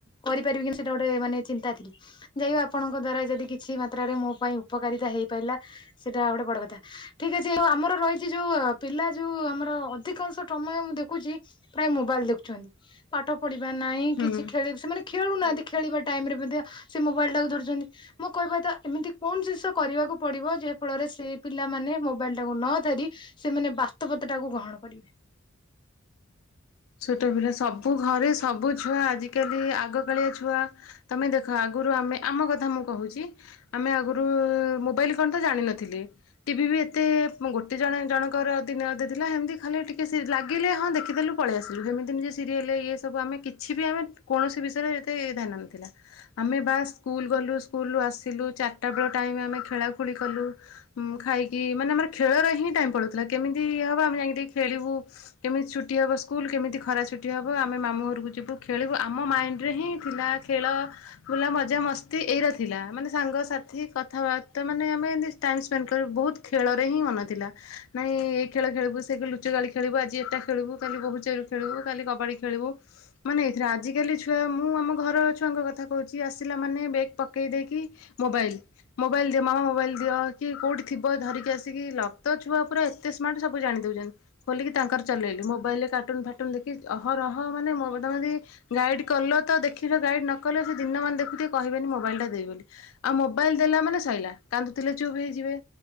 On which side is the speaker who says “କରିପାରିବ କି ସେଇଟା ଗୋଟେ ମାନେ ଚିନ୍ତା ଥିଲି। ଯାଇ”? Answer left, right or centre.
Left